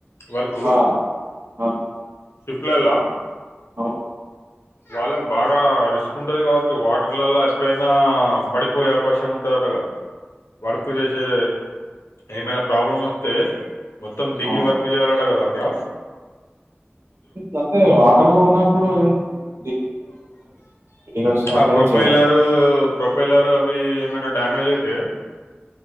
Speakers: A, on the left; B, on the right.
A: వర్క్
B: ఆ ఆ
A: షిప్ లల్లా
B: అవు
A: వాళ్ళక్ బాగా రిస్క్ ఉంటది కావచ్చు వాటర్లలో ఎప్పుడైనా పడిపోయే అవకాశం ఉంట కదా వర్క్ చేసే ఏమైనా ప్రాబ్లం వస్తే మొత్తం దిగి
B: అవును
A: వర్క్ చేయాలట గదా హలో
B: వత్తయి వాటర్ లో ఉన్నప్పుడు ఏ వచ్చినప్పుడే
A: అ ప్రొపైలరు
B: చేయాలి
A: ప్రొపైలరు అవి ఏమైన డా మై ఐతే